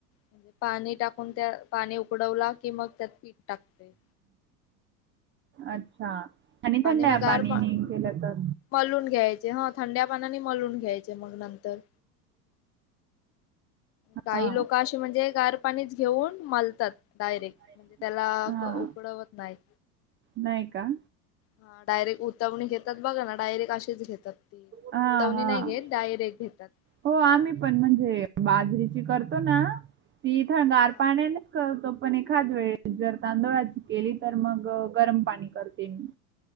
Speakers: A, on the left; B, on the right.
A: म्हे पाणी टाक. त्या पाणी उकडवला की मग त्यात पीठ टाकते.
B: अच्छा. आणि थंड्या
A: मग गार
B: पाणीने
A: पा
B: केलं तर
A: मलून घ्यायचे ह थंड्या पानाने मलून घ्यायचे मग नंतर काही
B: हा
A: लोक असे म्हणजे गार पाणीच घेऊन मालतात डायरेक्ट
B: डायरेक्ट
A: म्हणजे त्याला
B: हा
A: उकडवत नाहीत.
B: नाही का?
A: हा डायरेक्ट उतावणी घेतात बघा ना डायरेक्ट अशीच घेतात ती.
B: हा
A: उतवणी
B: हा
A: नाही घेत डायरेक्ट घेतात
B: हो आम्ही
A: पाणी
B: पण म्हणजे
A: आणि ते
B: बाजरीची करतो ना ती इथं गार
A: हा
B: पाण्याने करतो पण एखाद वेळेस जर तांदुळाची केली तर मग गरम पाणी करते मी.